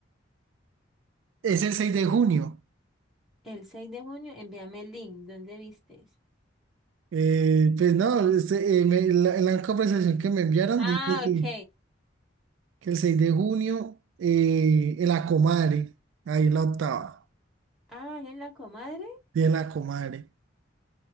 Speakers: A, on the right; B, in the centre.
A: Es el 6 de junio.
B: El seis de junio, envíame el link. ¿Dónde viste?
A: Eh, pues no, este, eh, me- la, en la conversación que me enviaron
B: Ah,
A: dice que,
B: ok.
A: que el seis de junio eh, en la Comare, ahí en la octava,
B: Ah, ¿es la comadre?
A: y en la Comare.